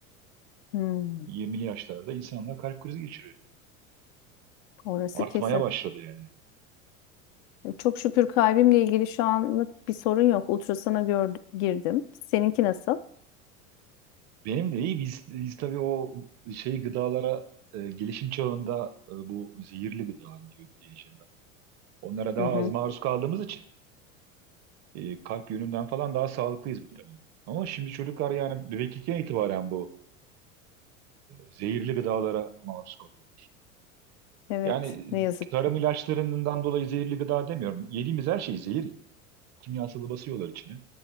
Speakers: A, on the left; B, on the right.
A: Hmm,
B: 20'li yaşlarda insanlar kalp krizi geçiriyor.
A: orası
B: Artmaya
A: kesin.
B: başladı yani.
A: E, Çok şükür kalbimle ilgili şu anlık bir sorun yok. Ultrasana gördüm, girdim. Seninki nasıl?
B: Benim de iyi biz, biz tabii o şey gıdalara e, gelişim çağında e, bu zehirli gıda diyor, diyeceğim ben. Onlara daha
A: Hı hı.
B: az maruz kaldığımız için e, kalp yönünden falan daha sağlıklıyız muhtemelen. Ama şimdi çocuklar yani bebeklikten itibaren bu zehirli gıdalara maruz kalıyor.
A: Evet,
B: Yani
A: ne yazık
B: tarım
A: ki.
B: ilaçlarından dolayı zehirli gıda demiyorum. Yediğimiz her şey zehir. Kimyasalı basıyorlar içine.